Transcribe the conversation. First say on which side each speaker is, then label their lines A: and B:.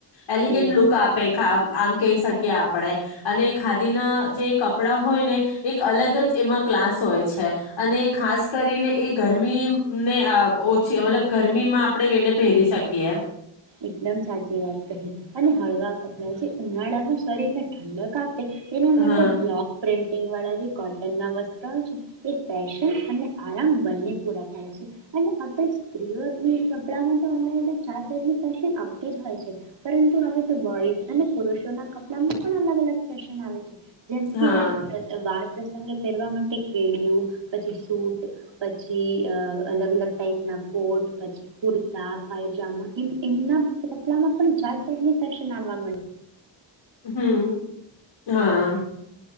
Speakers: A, on the left; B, on the right.
A: એલિગેન્ટ
B: એ
A: લુક
B: વસ્તુ
A: આપે
B: છે
A: આમ કહી શકીએ. કે આપણેે, અને ખાદીના જે કપડા હોય ને એક અલગ જ એમાં ક્લાસ હોય છે, અને ખાસ કરીને એ ગરમીને ઓછી મતલબ ગરમીમાં આપણેે એને પહેરી શકીએ.
B: એકદમ સાચી વાત કહી, અને હળવા અપલા છે ઉનાળા સરીને ઠંડક એ માટે
A: હા
B: બ્લાક પ્રિન્ટિંગ વાળા જે વત્ર હોય છે, એ પેશન અને આરામ બંને પૂરા થાય છે, અને આપણે સ્ત્રીઓ કપડામાં તો અલગ અલગ ચજ ફેશન આવતી જ હોય છે, પરંતુ હવે તો બોઈઝ અને પુરુષોના કપડામાં પણ અલગ અલગ ફેશન આવે છે. જેમ કે
A: હા
B: વાળ અંગે પહેરવા માટે કેળિયું, પછી સૂટ, પછી અ અલગ અલગ ટાઈપના કોટ પછી કુર્તા પાયજમા એમ એમના કપડામાં પણ જાત. સની ફેશન આવવામાં
A: હમ હા.